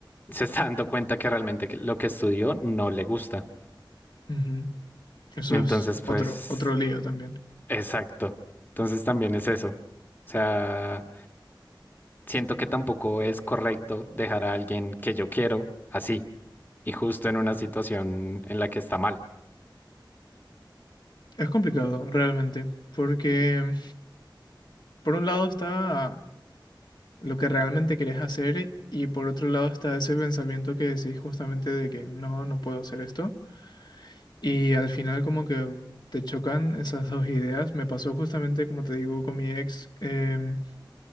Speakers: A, on the left; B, on the left.
A: se está dando cuenta que realmente que- lo que estudió no le gusta.
B: Ujú. Eso
A: Entonces,
B: es otro,
A: pues,
B: otro lío también.
A: exacto. Entonces también es eso. O sea, siento que tampoco es correcto dejar a alguien que yo quiero así y justo en una situación en la que está mal.
B: Es complicado, realmente, porque por un lado está lo que realmente querés hacer y por otro lado está ese pensamiento que decís justamente de que no, no puedo hacer esto. Y al final como que te chocan esas dos ideas. Me pasó justamente, como te digo, con mi ex. em,